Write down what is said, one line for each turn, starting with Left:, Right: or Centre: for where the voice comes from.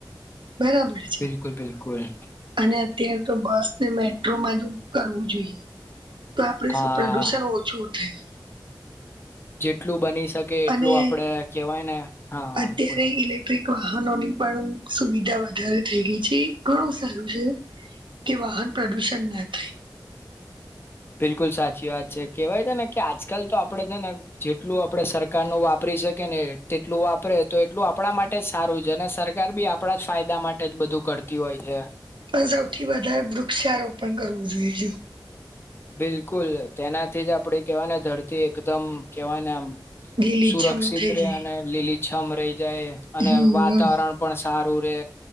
Right: બરાબર છે.
Left: બિલકુલ એ.
Right: અને અત્યારે તો બસ ને મેટ્રોમાંજ કરવું જોઈએ. તો આપડે
Left: હા
Right: શું પ્રદુષણ ઓછું થાય.
Left: જેટલું બની શકે એટલું
Right: અને
Left: આપડે કેહેવાય ને હા હા
Right: અત્યારે
Left: બોલો
Right: ઇલેક્ટ્રિક વાહનોની પણ સુવિધા વધારે થઈ ગઈ છે. ઘણું સારું છે કે વાહન પ્રદુષણ ના થાય.
Left: બિલકુલ સાચી વાત છે કેવાય છે ને કે આજકાલ તો આપડે છે ને જેટલું આપડે સરકાર નું વાપરી શકી ને તેટલું વાપરે તો એટલું આપણા માટે ને સારું છે અને સરકાર બી આપણા જ ફાયદા માટે જ બધું કરતી હોય છે.
Right: પણ સૌથી વધારે વૃક્ષારોપણ કરવું જોઈએ જો.
Left: બિલકુલ તેનાથી જ આપડી કેવાય ને ધરતી એકદમ કેવાય ને આમ
Right: લીલીછમ
Left: સુરક્ષિત
Right: થઈ
Left: રે
Right: જાય
Left: અને લીલીછમ રહી જાય અને
Right: હમ
Left: વાતાવરણ પણ સારું રે